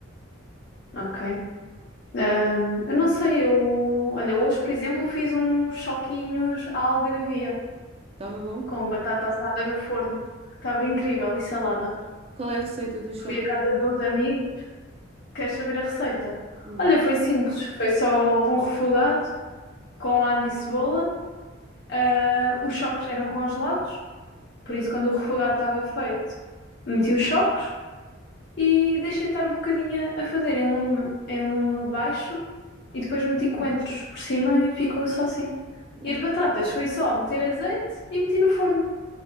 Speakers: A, on the left; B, on the right.
A: Ok. Ahm, eu não sei, eu. Olha, hoje, por exemplo, fiz uns choquinhos à algarvia
B: Estava bom?
A: com batata assada no forno. Estava incrível e salada.
B: Qual é a receita do choque?
A: Fui à casa de uns amigos. Queres saber a receita?
B: Hum,
A: Olha, foi simples. Foi só um refogado com alho e cebola. Ah, os choques eram congelados, por
B: hum.
A: isso, quando o refogado estava feito, meti os choques e deixei estar um bocadinho a fazer em lume, em lume baixo e depois meti coentros por cima e ficou só assim. E
B: Ai,
A: as batatas foi só meter azeite e meti no forno.